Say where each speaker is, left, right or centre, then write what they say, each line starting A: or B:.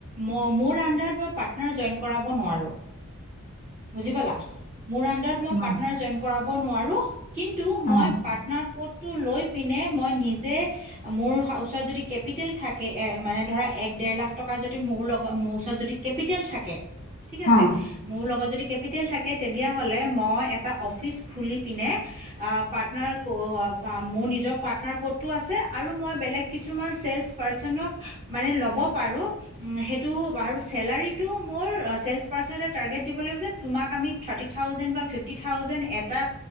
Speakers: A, on the right; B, on the left.
A: ম- মোৰ আন্ডাৰত মই পাৰ্টনাৰ জইন কৰাব নোৱাৰো। বুজি পালা? মোৰ আন্ডাৰত
B: তোমাৰ
A: মই পাৰ্টনাৰ জইন কৰাব নোৱাৰো, কিন্তু মই
B: অ
A: পাৰ্টনাৰ ক'ডটো লৈ- পিনে মই নিজে মোৰ হ ওচৰত যদি কেপিটেল থাকে এ মানে ধৰা এক ডেৰ লাখ টকা য- দি মোৰ লগ মোৰ ওচৰত যদি কেপিটেল থাকে, ঠিক
B: আচ্ছা,
A: আছে? মোৰ লগত যদি কেপিটেল থাকে- তেতিয়া হ'লে মই এটা অফিচ খুলি পিনে আঁ পাৰ্টনাৰ ক অ মোৰ নিজ- জৰ পাৰ্টনাৰ ক'ডটো আছে আৰু মই বেলেগ কিছুমান ছেলচ পাৰ্চনক মানে ল'ব পাৰো উম সেইটো আৰু চেলাৰটো মোৰ ছেলচ পাৰ্চনে টাৰ্গেট দিব লাগিব যে তোমাক আমি থাৰ্টি থাউজেণ্ড বা ফিফটি থাউজেণ্ড এটা